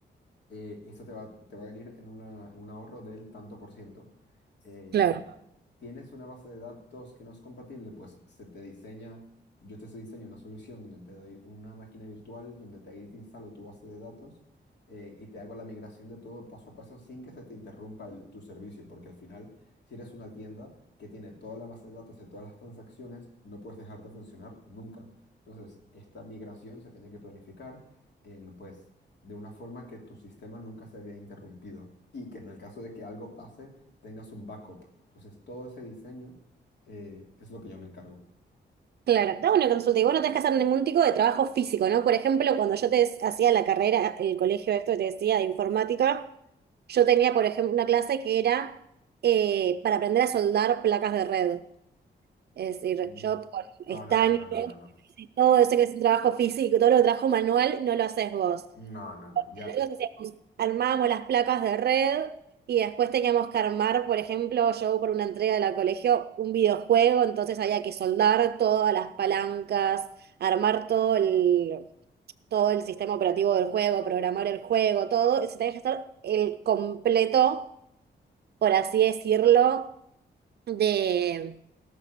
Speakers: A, on the left; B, on the right.
A: eh, y esto te va, te va a venir en, una- en un ahorro del tanto por ciento. Eh,
B: Claro.
A: ¿tienes una base de datos que no es compatible? Pues se te diseña, yo te diseño una solución donde te doy una máquina virtual, donde te, ahí te instalo tu base de datos eh, y te hago la migración de todo paso a paso sin que se te interrumpa el- tu servicio, porque al final, si eres una tienda que tiene toda la base de datos de todas las transacciones, no puedes dejar de funcionar nunca. Entonces, esta migración se tiene que planificar en, pues, de una forma que tu sistema nunca se había interrumpido y que en el caso de que algo pase tengas un backup. Entonces todo ese diseño eh, es lo que yo me encargo.
B: Claro, dame una consulta. Y vos no tenés que hacer ningún tipo de trabajo físico, ¿no? Por ejemplo, cuando yo te hacía la carrera, el colegio esto que te decía de informática, yo tenía, por ejemplo, una clase que era eh, para aprender a soldar placas de red. Es decir,
A: Mm,
B: yo con
A: No,
B: estaño
A: no, no, no, no, no, no.
B: y todo eso que es un trabajo físico, todo lo que trabajo manual, no lo haces vos.
A: No, no, no, ya,
B: Nosotros hacíamos- armábamos las placas de red y después teníamos que armar, por ejemplo, yo por una entrega de la colegio, un videojuego, entonces había que soldar todas las palancas, armar todo el, todo el sistema operativo del juego, programar el juego, todo. Se tenía que estar el completo, por así decirlo, de,